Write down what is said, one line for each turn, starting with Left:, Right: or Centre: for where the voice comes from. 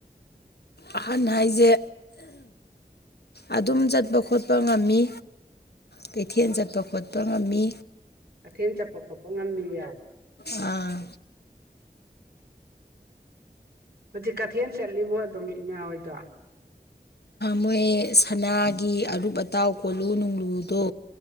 Left: ꯑꯍꯟ ꯍꯥꯏꯁꯦ ꯑꯗꯨꯝ ꯆꯠꯄ ꯈꯣꯠꯄ ꯉꯝꯃꯤ ꯀꯩꯊꯦꯜ ꯆꯠꯄ ꯈꯣꯠꯄ ꯉꯝꯃꯤ
Right: ꯀꯩꯊꯦꯜ ꯆꯠꯄ ꯈꯣꯠꯄ ꯉꯝꯃꯤ ꯌꯥ
Left: ꯑꯥ
Right: ꯍꯧꯖꯤꯛ ꯀꯩꯊꯦꯜ ꯆꯠꯂꯤꯕꯣ ꯑꯗꯨꯝ ꯏꯃꯥ ꯍꯣꯏꯗꯣ
Left: ꯃꯣꯏꯦ ꯁꯅꯥꯒꯤ ꯑꯔꯨꯞ ꯑꯇꯥꯎ ꯀꯣꯜꯂꯨ ꯅꯨꯡꯂꯨꯗꯣ